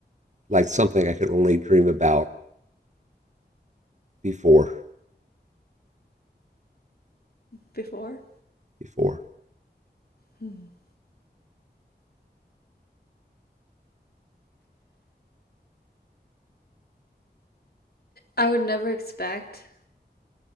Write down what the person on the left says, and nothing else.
before.
Hmm. I would never expect